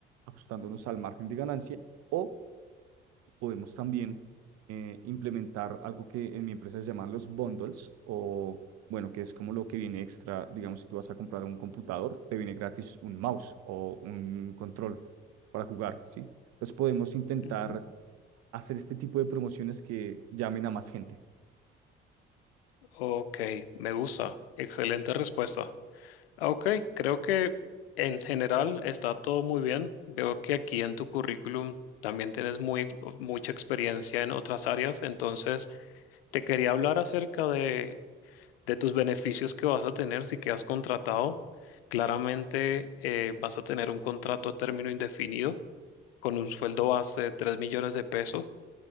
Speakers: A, on the right (about 55°); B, on the left (about 75°).
A: ajustándonos al margen de ganancia o podemos también eh, implementar algo que en mi empresa se llaman los bundles o, bueno, que es como lo que viene extra, digamos, si tú vas a comprar un computador, te viene gratis un mouse o un control para jugar, ¿sí? Entonces podemos intentar
B: Ujú.
A: hacer este tipo de promociones que llamen a más gente.
B: Ok, me gusta. Excelente respuesta. Ah, Ok, creo que en general está todo muy bien. Veo que aquí en tu currículum también tienes muy, ex- mucha experiencia en otras áreas, entonces te quería hablar acerca de, de tus beneficios que vas a tener si quedas contratado. Claramente eh, vas a tener un contrato a término indefinido con un sueldo base de 3 millones de pesos,